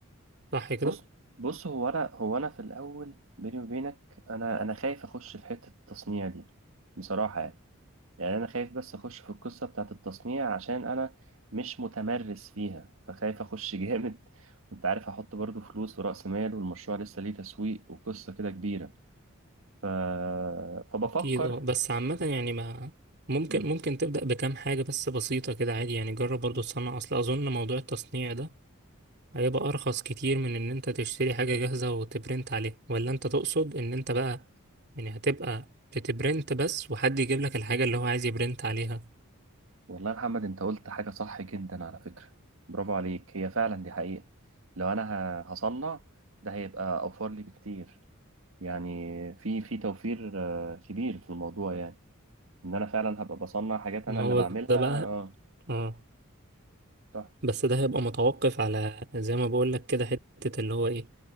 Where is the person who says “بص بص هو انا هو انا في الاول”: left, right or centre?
Right